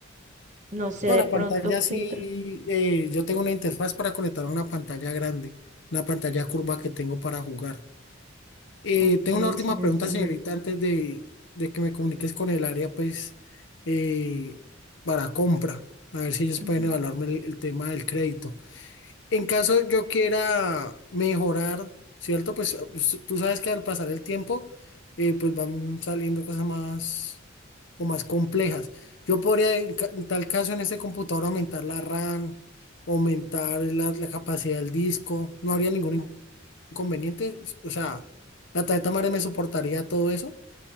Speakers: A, on the right; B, on the left.
A: no sé
B: No,
A: de
B: la
A: pronto
B: pantalla sí,
A: qué otro.
B: eh, yo tengo una interfaz para conectar a una pantalla grande, una pantalla curva que tengo para jugar. Eh,
A: Ok,
B: tengo una última
A: señor.
B: pregunta,
A: ya,
B: señorita, antes de, de que me comuniques con el área, pues, eh, para compra, a ver si ellos
A: ujú.
B: pueden evaluarme el, el tema del crédito. En caso yo quiera mejorar, ¿cierto? Pues us- tú sabes que al pasar el tiempo, eh, pues van saliendo cosas más o más complejas. Yo podría, en, ca- en tal caso, en este computador aumentar la RAM, aumentar la, la capacidad del disco, no habría ningún conveniente, o sea, la tarjeta madre me soportaría todo eso.